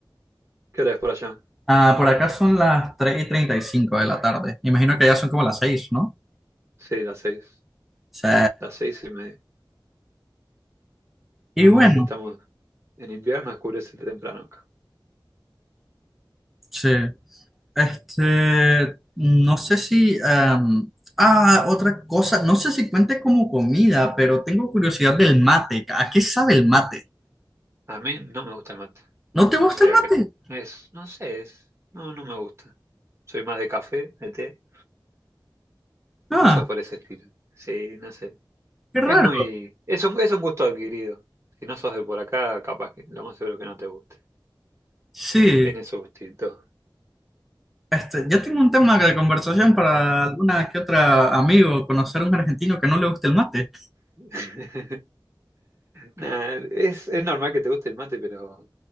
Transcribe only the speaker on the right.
¿Qué hora es por allá?
Sí, las seis.
Las seis y media.
Además,
estamos en invierno, oscurece temprano acá.
A mí no me gusta el mate.
No
sé
a
qué es. Es, no sé, es. No, no me gusta. Soy más de café, de té,
cosas por ese estilo. Sí, no sé.
Es muy. Es un, es un gusto adquirido. Si no sos de por acá, capaz que lo más seguro que no te guste.
Tiene su gustito.
<laughs> Nah, es, es normal que te guste el mate, pero,